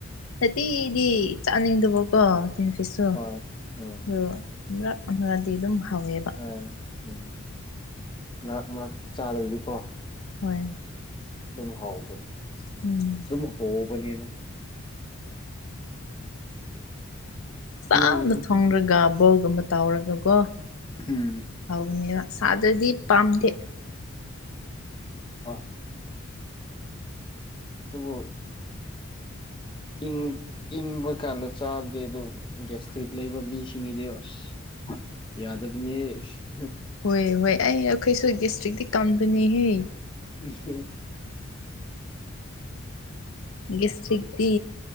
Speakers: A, on the left (about 75°); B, on the left (about 20°).
A: ꯁꯥꯇꯤꯗꯤ ꯆꯥꯅꯤꯡꯗꯕꯀꯣ ꯇꯤꯟ ꯐꯤꯁꯇꯣ
B: ꯍꯣꯏ ꯎꯝ
A: ꯗꯣ ꯃꯔꯛ ꯑꯃꯗꯤ ꯑꯗꯨꯝ ꯍꯥꯎꯋꯦꯕ
B: ꯑꯥ ꯎꯝ ꯃꯔꯛ ꯃꯔꯛ ꯆꯥꯔꯗꯤꯀꯣ
A: ꯍꯣꯏ
B: ꯗꯨꯝ ꯍꯥꯎꯕꯅꯦ
A: ꯎꯝ
B: ꯑꯗꯨꯝ ꯍꯣꯕꯅꯤꯅ
A: ꯄꯥꯅ
B: ꯎꯝ
A: ꯊꯣꯡꯔꯒ ꯕꯣꯜꯒꯨꯝꯕ ꯇꯥꯎꯔꯒꯀꯣ
B: ꯎꯝ
A: ꯍꯥꯎꯕꯅꯦꯕ ꯁꯥꯗ꯭ꯔꯗꯤ ꯄꯥꯝꯗꯦ
B: ꯍꯣꯏ ꯑꯗꯨꯕꯨ ꯏꯪꯕ ꯏꯪꯕ ꯀꯥꯟꯗ ꯆꯥꯔꯗꯤ ꯑꯗꯨ ꯒꯦꯁꯇ꯭ꯔꯤꯛ ꯂꯩꯕ ꯃꯤꯁꯤꯡꯒꯤꯗꯤ ꯑꯁ ꯌꯥꯗꯕꯅꯤꯍꯦ ꯏꯁ
A: ꯍꯣꯏ ꯍꯣꯏ ꯑꯩ ꯑꯩꯈꯣꯏꯁꯨ ꯒꯦꯁꯇ꯭ꯔꯤꯛꯇꯤ ꯀꯟꯕꯅꯦꯍꯦ
B: <unintelligible>
A: ꯒꯦꯁꯇꯔꯤꯛꯇꯤ